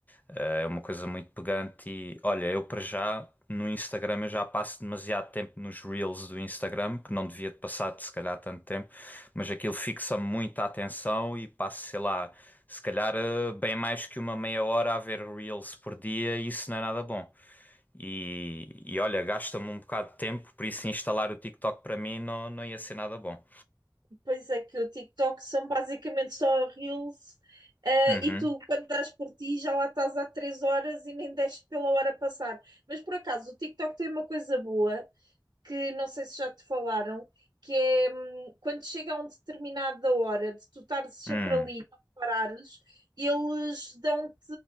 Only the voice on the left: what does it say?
eh, é uma coisa muito pegante e, olha, eu para já no Instagram eu já passo demasiado tempo nos Reels do Instagram, que não devia de passar se calhar tanto tempo. Mas aquilo fixa-me muito a atenção e passo, sei lá, se calhar eh, bem mais que uma meia hora a ver Reels por dia e isso não é nada bom. E, e olha, gasta-me um bocado de tempo, por isso instalar o TikTok para mim não, não ia ser nada bom.
Uhum,
hum,